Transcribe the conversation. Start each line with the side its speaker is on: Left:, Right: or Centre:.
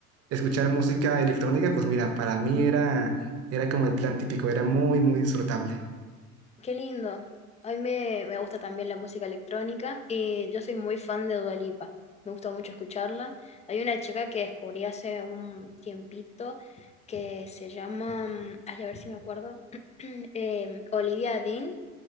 Right: escuchar música electrónica, pues mira, para mí era, era como el plan típico, era muy, muy disfrutable.
Left: Qué lindo. A mí me, me gusta también la música electrónica y yo soy muy fan de Dua Lipa. Me gusta mucho escucharla. Hay una chica que descubrí hace un tiempito que se llama, mm, ay, a ver si me acuerdo, <clears throat> em, Olivia Dean,